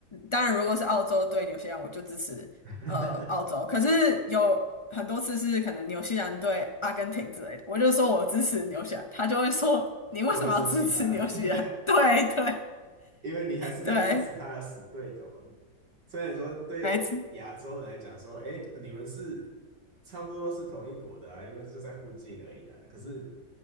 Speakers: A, on the left; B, on the right.
A: 当然如果是澳洲对纽西兰，我就支持呃澳洲。
B: <laughs>
A: 可是有很多次是可能纽西兰对阿根廷之类的，我就说我支持纽西兰，他就会说你为什么要支持纽西兰？
B: 他会生气吧？<laughs> 对啊，
A: <laughs> 对对
B: 因为你还是在支持他的死对头。
A: 对，
B: 虽然说对亚洲人来讲说，
A: 没错
B: 哎，你们是差不多是同一国的啊，因为就在附近而已啊。可是